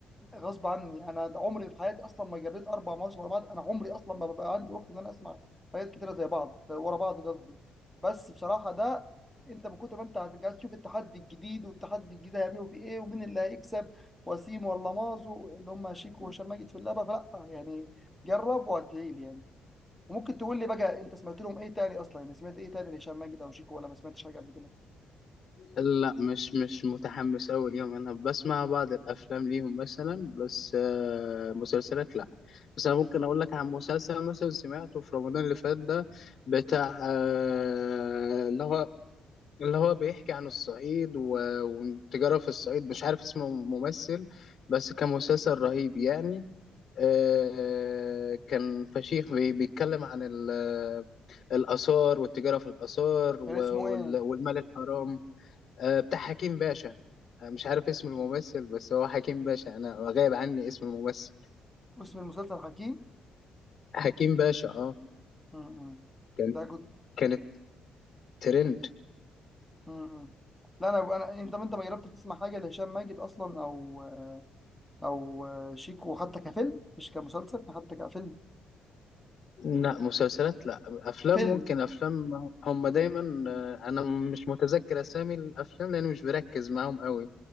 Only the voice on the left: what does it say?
لا مش مش متحمس أوي ليهم أنا بسمع بعض الأفلام ليهم مثلا بس آه، مسلسلات لا بس أنا ممكن أقول لك عن مسلسل مثلا سمعته في رمضان اللي فات ده بتاع آه، اللي هو اللي هو بيحكي عن الصعيد و- والتجارة في الصعيد مش عارف اسمه ممثل بس كان مسلسل رهيب يعني آه، كان فشيخ بي- بيتكلم عن ال- الآثار والتجارة في الآثار و-
وال- والمال الحرام آه، بتاع حكيم باشا آه، مش عارف اسم الممثل بس هو حكيم باشا أنا غايب عني اسم الممثل
حكيم باشا اه
كان
كانت ترند
لا مسلسلات لا أفلام
ممكن أفلام هم دايما آه، أنا مش متذكر أسامي الأفلام لأني مش بركز معاهم قوي